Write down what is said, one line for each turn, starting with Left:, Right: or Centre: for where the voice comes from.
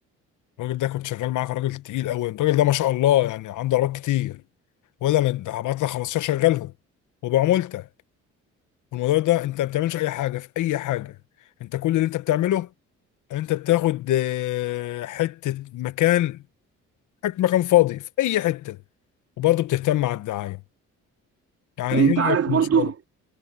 Left: الراجل ده كنت شغال معاه كان راجل تقيل قوي الراجل ده ما شاء الله يعني عنده عربيات كتير ولا انا ده هبعت لك 15 شغلهم وبعمولته والموضوع ده انت ما بتعملش اي حاجه في اي حاجه انت كل اللي انت بتعمله انت بتاخد آه، حته مكان حته مكان فاضي في اي حته وبرضه بتهتم على الدعايه يعني
Right: انت
Left: ايه
Right: عارف
Left: رايك في المشروع
Right: برضو